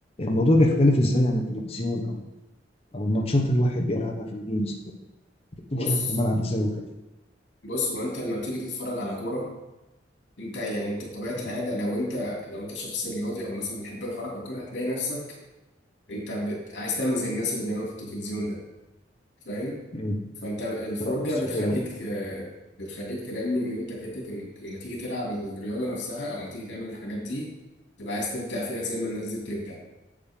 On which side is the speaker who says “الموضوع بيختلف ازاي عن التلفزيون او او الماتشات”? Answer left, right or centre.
Left